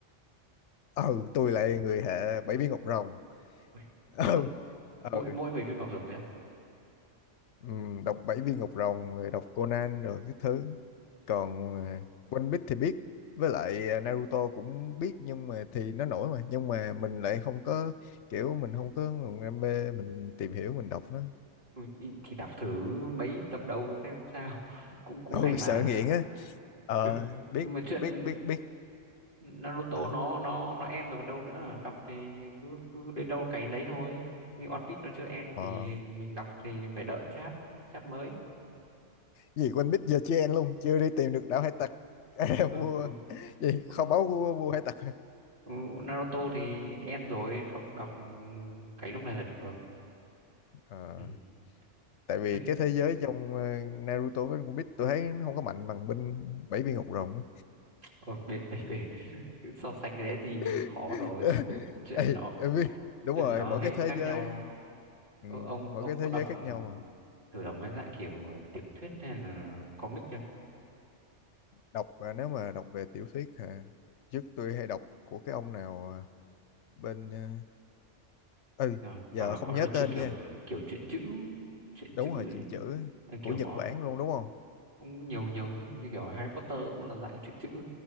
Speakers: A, on the left (about 70°); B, on the right (about 45°).
A: ừ tôi lại người hệ bảy viên ngọc rồng
B: Ui,
A: <laughs> ừ
B: có-
A: ừ
B: mỗi mỗi bảy viên ngọc rồng thôi á
A: Ừm, đọc Bảy Viên Ngọc Rồng rồi đọc Conan rồi cái thứ còn à, One Piece thì biết với lại à, Naruto cũng biết nhưng mà thì nó nổi mà nhưng mà mình lại không có kiểu mình không có nguồn đam mê mình tìm hiểu mình đọc nó <laughs>
B: Ui, ý- thì đọc thử mấy tập đầu xem sao <laughs> cũng cũng
A: ôi
B: hay mà
A: sợ nghiện á ờ
B: <laughs>
A: biết
B: nhưng mà chuyện
A: biết biết biết
B: Naruto
A: à,
B: nó nó nó end rồi còn đâu nữa đọc thì cứ cứ đến đâu cái đấy thôi như One Piece nó chưa end
A: ờ
B: thì mình đọc thì phải đợi chap chap mới
A: gì One Piece giờ chưa ăn luôn chưa đi tìm được đảo hải tặc <laughs> à,
B: ừ,
A: vua gì
B: ừ.
A: kho báu của vua hải tặc
B: Ừ, Naruto thì end rồi đọc đọc cái lúc này là được
A: Ờ,
B: ừ.
A: tại vì
B: Thế,
A: cái thế giới trong à, Naruto với One Piece tôi thấy nó không có mạnh bằng bên bảy viên ngọc rồng á
B: ờ, bên <laughs> về bên- so sánh cái đấy thì
A: <laughs>
B: khó rồi Tự- chuyện
A: Ê,
B: nó
A: em biết đúng
B: chuyện
A: rồi
B: nó
A: mỗi
B: hệ
A: cái thế
B: khác
A: giới
B: nhau
A: ừ,
B: Ờ, ông
A: mỗi
B: ông
A: cái thế
B: có đọc
A: giới khác nhau mà.
B: thử đọc mấy dạng kiểu tiểu thuyết hay là comic chưa
A: đọc à, nếu mà đọc về tiểu thuyết à, trước tôi hay đọc của cái ông nào à, bên à, ừ
B: Ờ, hoặc
A: giờ
B: là
A: không
B: có
A: nhớ tên
B: chưa kiểu
A: nha
B: kiểu truyện chữ truyện
A: đúng
B: chữ
A: rồi chuyện
B: ấy,
A: chữ á,
B: Ờ,
A: của
B: kiểu
A: Nhật
B: có
A: Bản luôn đúng không
B: cũng nhiều nhiều chứ như kiểu Harry Potter cũng là dạng truyện chữ